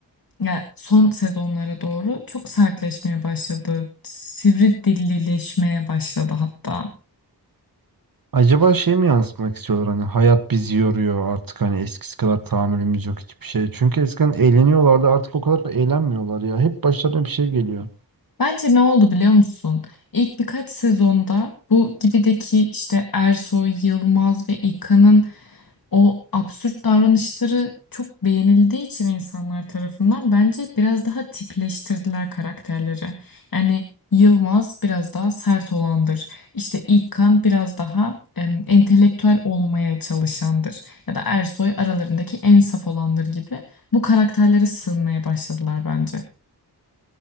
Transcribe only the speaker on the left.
yani son sezonlara doğru çok sertleşmeye başladı. Sivri dillileşmeye başladı hatta.
Bence ne oldu biliyor musun? İlk birkaç sezonda bu gibideki işte Ersoy, Yılmaz ve İlkan'ın o absürt davranışları çok beğenildiği için insanlar tarafından bence biraz daha tipleştirdiler karakterleri. Yani Yılmaz biraz daha sert olandır. İşte İlkan biraz daha em, entelektüel olmaya çalışandır. Ya da Ersoy aralarındaki en saf olandır gibi. Bu karakterlere sığınmaya başladılar bence.